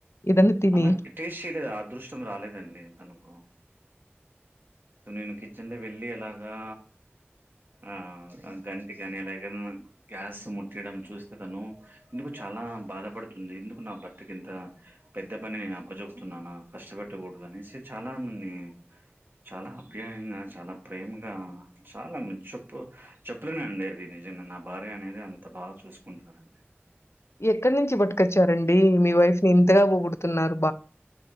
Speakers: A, on the left; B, on the right.
A: ఏదన్నా తిని
B: అలా టేస్ట్ చేయలేదు అదృష్టం రాలేదండి తనూక సో నేను కిచెన్ లో వెళ్ళి ఇలాగా ఆ గంటి గానియాలనూ గ్యాస్ ముట్టియడం చూస్తే తను ఇందుకు చాలా ఆ బాధపడుతుంది ఎందుకు నా భర్తకి ఇంత పెద్ద పని నేను అప్పచెప్తున్నానా కష్టపెట్టకూడదనేసి చాలా నన్ని చాలా అప్యాయంగా చాలా ప్రేమగా చాలా చెప్పు చెప్పలేనండి దీని నిజంగా నా భార్య అనేది అంత బాగా చూసుకుంటుదండి
A: ఎక్కడి నుంచి పట్టుకొచ్చారండి మీ వైఫ్ ని ఇంతగా పోగుడుతున్నారు